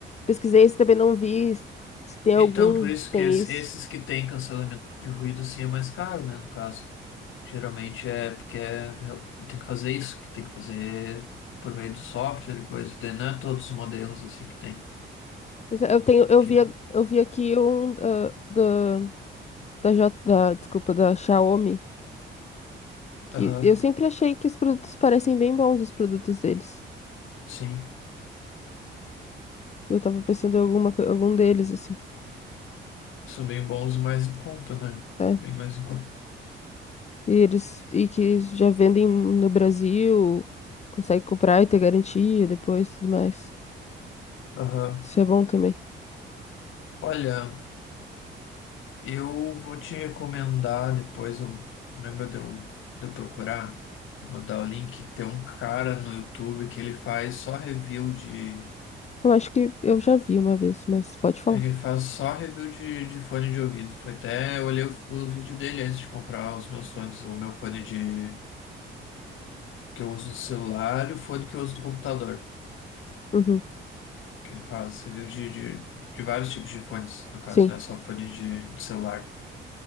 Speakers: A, on the left; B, on the left.
A: pesquisei isso, também não vi se se tem
B: Então,
A: algum
B: por isso
A: que tem
B: que es-
A: isso.
B: esses que têm cancelamento de ruído, sim, é mais caro, né? No caso, geralmente é porque é, é- tem que fazer isso, que tem que fazer por meio do software e coisa. Daí Não é todos os modelos assim que tem.
A: Pois é, Eu tenho, eu
B: Que,
A: vi, eu vi aqui um ah, da da, J, da, desculpa, da Xiaomi, que
B: aham,
A: eu sempre achei que os produtos parecem bem bons, os produtos deles.
B: sim,
A: Eu tava pensando em alguma, co- algum deles, assim,
B: são bem bons e mais em conta, né?
A: né?
B: Bem mais em conta.
A: E eles, e que já vendem no Brasil, consegue comprar e ter garantia depois, tudo mais.
B: Aham.
A: Isso é bom também.
B: Olha, eu vou te recomendar depois, eu, lembra de eu, de eu procurar, e mandar o link. Tem um cara no YouTube que ele faz só review de.
A: Eu acho que eu já vi uma vez, mas pode falar.
B: Ele faz só review de, de fone de ouvido. Foi até, eu olhei o, o vídeo dele antes de comprar os meus fones, o meu fone de que eu uso no celular e o fone que eu uso no computador.
A: Uhum.
B: Que ele faz review de, de, de vários tipos de fones, no caso,
A: Sim.
B: não é só fone de, de celular.